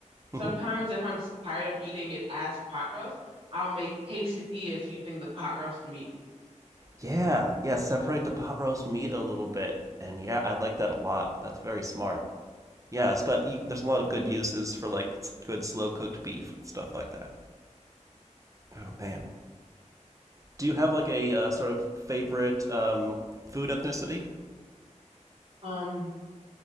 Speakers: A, on the right (about 50°); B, on the right (about 25°).
A: Sometimes
B: Mhm.
A: if I'm s- tired of eating it as pot roast, I'll make quesadillas using the pot roast meat.
B: Yeah, yeah, separate the pot roast meat a little bit. And yeah, I like that a lot. That's very smart. Yeah, it's about- you, there's a lot of good uses for like s- good slow cooked beef and stuff like that. Oh man. Do you have like a uh, sort of favorite um, food ethnicity?
A: Um,